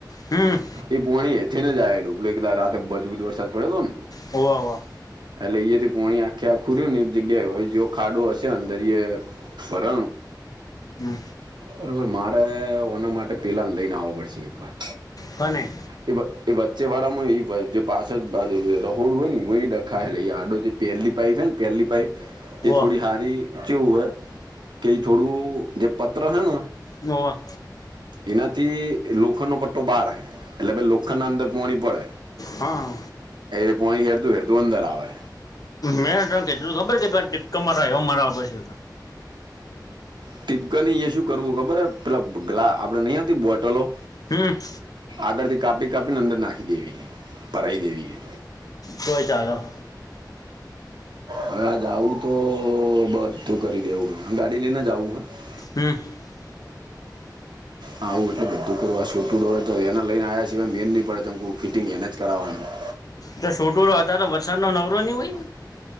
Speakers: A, on the left (about 55°); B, on the right (about 85°).
A: હમ્મ.
B: એ પોણી એથીને જ આયેલું પલે એકદા રાતે મજબૂત વરસાદ પડ્યો તો ન.
A: હોવ હોવ.
B: એટલે એ જે થી પોણી આખ્યા આ ખુર્યું ને એક જગ્યાએ હ જો ખાડો હશે અંદરય. પરર.
A: હમ
B: બરોબર મારે ઓના માટે પેલા ને લઈને આવો પડશે એક વાર.
A: કોને.
B: એ એ વચ્ચે વાળામાં ઈ બાજુ. જો પાછ રહોડ હ ને ડખા હે આડ જે પેલી પાઇપ હ ને પેલી પાઇપ.
A: હોવા
B: એ થોડી હારી ચેવું હે કે ઈ થોડું જે પત્ર હેન
A: હોવ.
B: એનાથી લોખંડનો પટ્ટો બહાર રહે એટલે ભાઈ લોખંડના અંદર પોણી પડે.
A: હા.
B: એ પોણી હેડતું હેડતું અંદર આવે.
A: મેં ત કીધું ખબર હે કે પેલા ટીપકા મારા એવા મરવા પડશે તમને.
B: ટીપકા ની ઈ શું કરવું ખબર હ પેલા ગ્લા આપણે નહીં આવ હતી બોટલો.
A: હમ્મ.
B: આગળથી કાપી કાપીને અંદર નાખી દેવીહે ભરાઈ દેવી હે.
A: તોય ચાલ હ.
B: હવે આજ આવુ તો બધું કરી દેવું ગાડી લઈને જવું હ.
A: હમ્મ. <inaudible>
B: હા આવું એટલે બધું કરવા છોટું ડ તો એને લઈને આવ્યા સિવાય મેળ નહી પડે ફિટિંગ એને જ કરાવવાનું.
A: તો છોટુંડો અતારે વરસાદ નો નવરો નહી હોય.